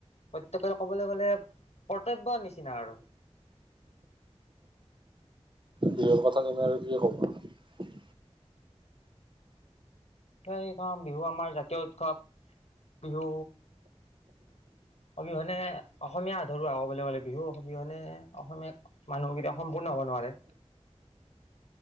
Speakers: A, on the left; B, on the right.
A: প্ৰত্যয়েকৰে ক'বলৈ গ'লে কৰ্তব্য নিচিনা আৰু।
B: বিহুৰ কথা, তুমি আৰু কি ক'বা।
A: কি কম, বিহু আমাৰ জাতীয় উৎস, বিহু অবিহনে অসমীয়া আধৰুৱা কবলৈ গ'লে, বিহু অবিহনে অসমীয়া মানুহ কেতিয়াও সম্পূৰ্ণ হ'ব নোৱাৰে।